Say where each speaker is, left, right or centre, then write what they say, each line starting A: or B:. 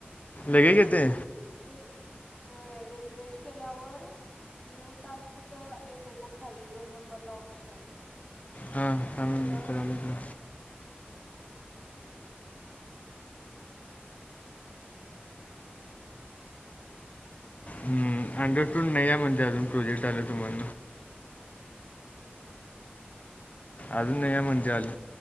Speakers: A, on the left; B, on the left.
A: लगे घेते
B: होय रिफ्रेश केल्यावर... न्यू टास्क च येते बघ खाली दोन नंबरला ऑप्शन...
A: हा करायलो
B: त्याच्यावर
A: करायलो....
B: क्लिक कर
A: म अंडर टूून नाही आहे म्हणजे अजून प्रोजेक्ट आला तुम्हाला...
B: <unintelligible>
A: अजून नाही म्हणजे आली